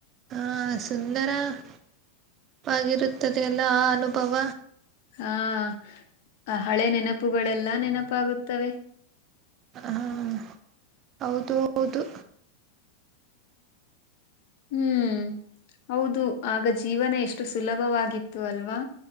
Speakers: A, on the right; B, on the left.
A: ಆ ಸುಂದರವಾಗಿರುತ್ತದೆ ಅಲ್ಲ ಆ ಅನುಭವ
B: ಹಾ ಹಳೆ ನೆನಪುಗಳೆಲ್ಲಾ ನೆನಪಾಗುತ್ತವೆ
A: ಹ ಹೌದು ಹೌದು
B: ಹ್ಮ್ ಹೌದು ಆಗ ಜೀವನ ಎಷ್ಟು ಸುಲಭವಾಗಿತ್ತು ಅಲ್ವಾ